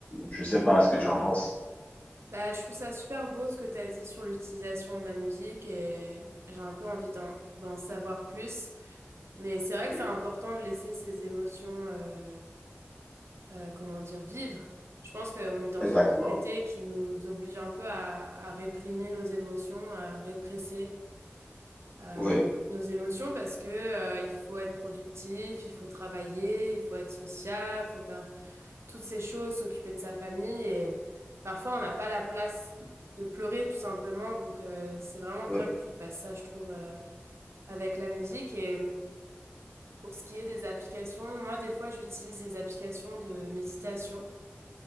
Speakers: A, on the left; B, on the right.
A: Je sais pas ce que tu en penses.
B: Bah, je trouve ça super beau ce que tu as dit sur l'utilisation de la musique et j'ai un peu envie d'en d'en savoir plus. Mais c'est vrai
A: Oui,
B: que c'est important de laisser ses émotions euh, euh, comment dire, vivre. Je pense qu'on est dans
A: exactement.
B: une société qui nous oblige un peu à, à réprimer nos émotions, à répresser euh,
A: Oui,
B: nos émotions parce que euh, il faut être productif, il faut travailler, il faut être sociable, il faut faire toutes ces choses, s'occuper de sa famille et parfois on n'a pas la place de pleurer tout simplement. Donc euh, c'est vraiment
A: oui,
B: bien que tu fasses ça, je trouve, euh, avec la musique et Pour ce qui est des applications, moi, des fois, j'utilise des applications de méditation.